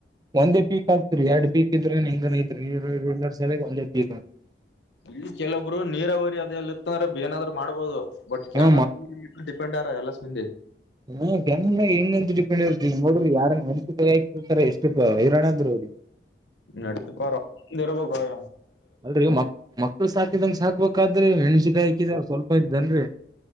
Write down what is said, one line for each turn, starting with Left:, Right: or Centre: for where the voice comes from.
Right: ಒಂದೇ ಪೀಕ್ ಆಗ್ತರಿ ಎರಡ್ ಪೀಕ್ ಇದ್ರೇನ್ ಹೆಂಗನ ಇದ್ರರಿ ಎರಏನು ಸಲ ಒಂದೇ ಪೀಕ್ ಆಗ್ತರಿ
Left: ಈ ಕೆಲವಬ್ರು ನೀರಾವರಿ ಅದಲ್ಲಿ ಇತ್ತಂದ್ರೆ ಏನಾದ್ರರು ಮಾಡ್ಬೋದು ಬಟ್ ಕಾನ
Right: ಹಾ
Left: ಡಿಪೆಂಡ್ ಆಾರ ಎಲ್ಲ ಸಂದಿ
Right: ಹಾ ಜಾಗ ಹೆಂಗಂತ ಡಿಪೆಂಡ್ ಇಿ ನೋಡ್ರಿ ಯಾರನ್ ಮಸ ಕಕ್ತಿರ್ತಾರ ಎಷ್ಟು ಹೈರಾಣ ಅಂದ್ರರು ಅವ್ರಿ
Left: ನತಪ್ಪಾ ರ ದರವ ಕೊಯ
Right: ಅಲ್ ಮಕ್ ಮಕ್ಳು ಸಾಕಿದಂಗ ಸಾಕ್ಬೇಕಾದ್ರೆ ಮಣಸಿಕಾಯಿ ಹಾಕಿದ ಸ್ವಲ್ಪ ಐ ಜನ್ರಿ